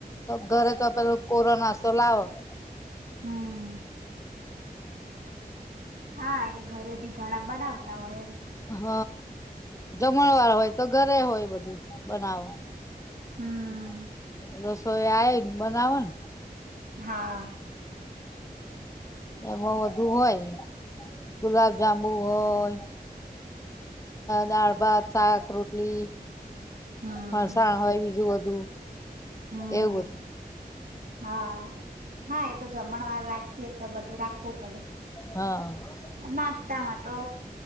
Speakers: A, on the left; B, on the right.
A: ઘરે તો પેલો કોરોના તો લાવો. <inaudible>
B: હમ હા એટલે ઘરે બી ઘણા બનાવતા હોય એમ.
A: હ જમણ વાળ હોય તો ઘરે હોય બધું બનાવો.
B: હમ
A: <inaudible> સોયા આવ બનાવન
B: હા.
A: હ એમાં બધુ હોય ગુલાબ જાંબુ હોય દાળ ભાત શાક રોટલી.
B: હમ
A: ફરસાણ હોય બીજુ હમ્મ.
B: હમ
A: એવું હતું.
B: હા હા એ તો જમણ વાર રાખીએ તો બધું રાખ ખપડ
A: હા
B: ના. તામાં તો